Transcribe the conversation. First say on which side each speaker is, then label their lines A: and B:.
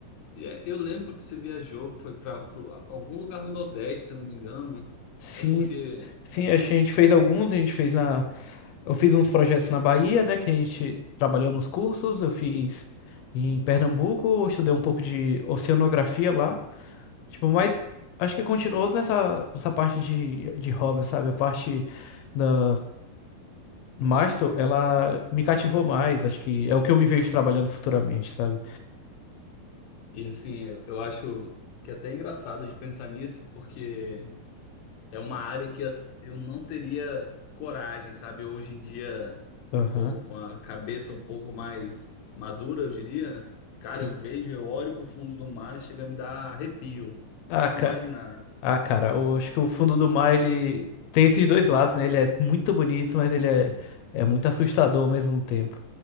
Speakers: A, on the left (about 70°); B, on the left (about 85°).
A: é- eu lembro que você viajou, foi para algum lugar no Nordeste, se eu não me engano.
B: Sim,
A: É porque,
B: sim, a gente fez alguns, a gente fez na. Eu fiz uns projetos na Bahia, né? Que a gente trabalhou nos cursos, eu fiz em Pernambuco, eu estudei um pouco de oceanografia lá. Tipo, mas acho que continuou nessa, nessa parte de, de hobby, sabe? A parte da Mastro, ela me cativou mais, acho que é o que eu me vejo trabalhando futuramente, sabe?
A: e assim, eu, eu acho que é até engraçado de pensar nisso, porque é uma área que as- eu não teria coragem, sabe? Hoje em dia,
B: Aham,
A: com, com a cabeça um pouco mais madura, eu diria. Cara,
B: sim.
A: eu vejo, eu olho pro fundo do mar, chega a me dar arrepio,
B: Ah,
A: só de imaginar.
B: Ah, cara, eu acho que o fundo do mar, ele tem esses dois lados, né? Ele é muito bonito, mas ele é, é muito assustador ao mesmo tempo.